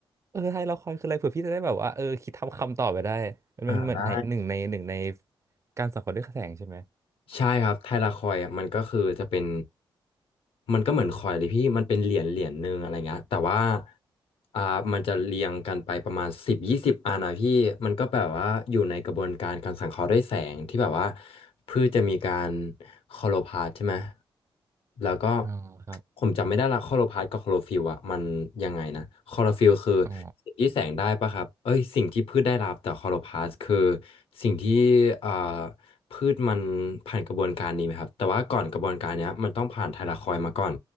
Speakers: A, on the right; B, on the left.
A: เออไทยละครคืออะไรเผื่อพี่จะได้แบบว่าเออคิดทำคำตอบไปได้
B: อ่าได้
A: มันมันเหมือนในหนึ่งในหนึ่งในการสังเคราะห์ด้วยแสงใช่ไหม
B: ใช่ครับไทลาคอยอ่ะมันก็คือจะเป็นมันก็เหมือนคอยเลยพี่มันเป็นเหรียญเหรียญหนึ่งอะไรเงี้ยแต่ว่าอ่ามันจะเรียงกันไปประมาณสิบยี่สิบอันนะพี่มันก็แบบว่าอยู่ในกระบวนการการสังเคราะห์ด้วยแสงที่แบบว่าพืชจะมีการคลอโรพลาสต์ใช่ไหมแล้วก็
A: อ๋อครับ
B: ผมจำไม่ได้ละคลอโรพลาสต์กับคลอโรฟิลล์อ่ะมันยังไงนะคลอโรฟิลล์คือสิ่งที่แสงได้ปะครับเอ้ยสิ่งที่พืชได้รับแต่คลอโรพลาสต์คือ
A: อ๋อ
B: สิ่งที่อ่า พืชมันผ่านกระบวนการนี้ไหมครับแต่ว่าก่อนกระบวนการเนี้ยมันต้องผ่านไทลาคอยด์มาก่อน